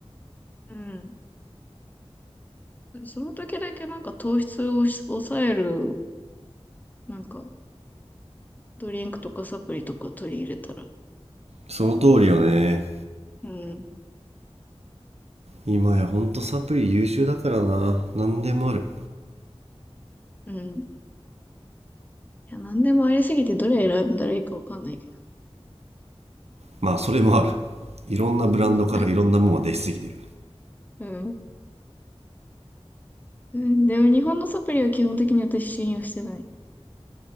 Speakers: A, on the left; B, on the right.
A: うん。その時だけなんか糖質をし抑える、なんかドリンクとかサプリとか取り入れたら、
B: その通りよね
A: うん、
B: 今やほんとサプリ優秀だからな何でもある
A: うん。いや、なんでもありすぎてどれ選んだらいいかわかんないけ
B: まあそれもあるいろんなブランドからいろんなものが出しすぎてる
A: ど。うん。うんうんでも日本のサプリは基本的に私信用してない。